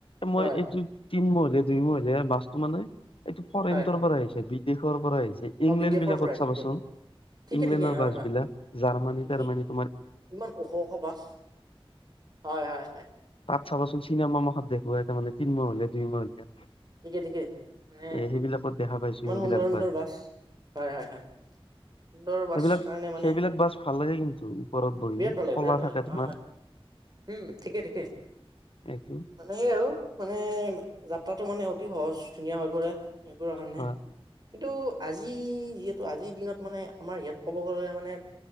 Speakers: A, on the left; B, on the right.
A: মই
B: হয়
A: এইটো তিন মহিলীয়া দুই মহিলীয়া বাছটো মানে এইটো ফৰেনৰ
B: হয়
A: পৰা আহিছে বিদেশৰ পৰা আহিছে
B: অ
A: ইংলেণ্ড
B: বিদেশৰ
A: বিলাকত
B: পৰা আহিছে
A: চাবাচোন।
B: বিদেশৰ পৰা ঠিকে
A: ইংলেণ্ডৰ
B: ঠিকে হয়
A: বাছ
B: হয়
A: বিলাক জাৰ্মানী
B: ঠিকে
A: টাৰমানী
B: ইমান ওখ ওখ বাছ! হয়, হয়, হয়।
A: চাবচোন চিনেমা মুখত দেখুৱাই মানে তিমলিয়া দুই মহলীয়া।
B: ঠিকে ঠিকে মানে
A: এ সেইবিলাকত দেখা পাইছো
B: ইমান
A: সেইবিলাক
B: সুন্দৰ সুন্দৰ বাছ হয়, হয় হয় সুন্দৰ বাছ
A: সেইবিলাক
B: কাৰণে মানে
A: সেইবিলাক বাছ ভাল লাগে কিন্তু! ওপৰত বহি
B: বিৰাট ভাল লাগে
A: কলা
B: বিৰাট ভাল
A: থাকে
B: লাগে
A: তোমাৰ
B: অ হয় উম ঠিকেই ঠিকেই
A: এইটো
B: মানে সেই আৰু মানে যাত্ৰাটো মানে অতি সহজ ধুনীয়া হৈ পৰে। সেইবোৰৰ কাৰণে
A: হয়
B: কিন্তু আজি যিহেতু আজিৰ দিনত মানে আমাৰ ইয়াত ক'ব গ'লে মানে